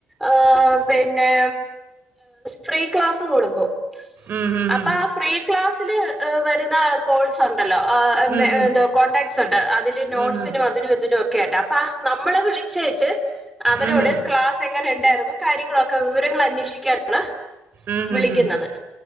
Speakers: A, in the centre; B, on the right.
A: ആഹ്! പിന്നെ ഫ്രീ ക്ലാസ് കൊടുക്കും.
B: ഉം ഉം
A: അപ്പ ആ ഫ്രീ ക്ലാസിലു വരുന്ന കോഴ്സ് ഉണ്ടല്ലോ!
B: ഉം ഉം
A: എന്തുവാ കോടാക്ട്സ് ഉണ്ട്. അതില് നോട്ട്സിനും
B: ഉം
A: അതിനും ഇതിനും ഒക്കെ ആയിട്ട് അപ്പ നമ്മള് വിളിച്ചേച്ച്! അവരോട്
B: ഉം ഉം ഉം
A: ക്ലാസ് എങ്ങനെ ഉണ്ടായിരുന്നു? കാര്യങ്ങളൊക്കെ വിവരങ്ങൾ അന്വേഷിക്കാനുള്ള!
B: ഉം
A: വിളിക്കുന്നത്.
B: ഉം ഉം ഉം